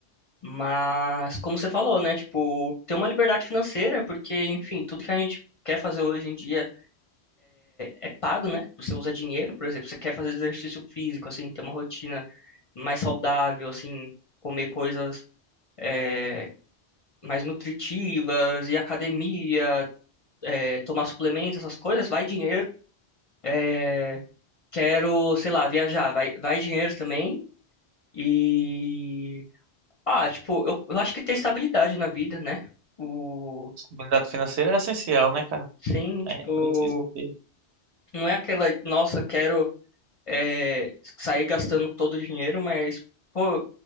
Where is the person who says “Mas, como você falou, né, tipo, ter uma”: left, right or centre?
Left